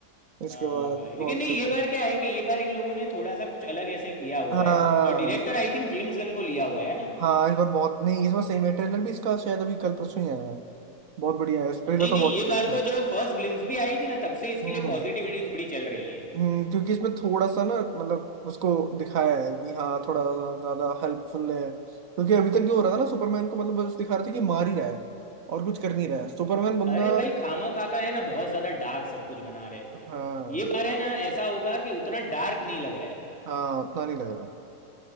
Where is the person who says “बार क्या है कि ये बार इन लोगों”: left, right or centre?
Centre